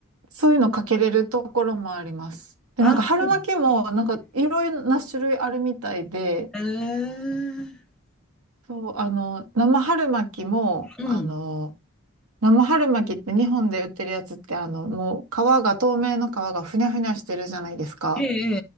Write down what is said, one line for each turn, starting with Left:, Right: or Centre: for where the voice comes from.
Right: そういうのかけれるところもあります。で、
Centre: あ、
Right: なんか春巻きも、
Centre: うん
Right: なんかいろいろな種類あるみたいで、
Centre: へえー
Right: そう、あの、生春巻きも、
Centre: うん。
Right: あの、生春巻きって日本で売ってるやつって、あの、もう皮が、透明の皮がふにゃふにゃしてるじゃないですか。
Centre: ええええ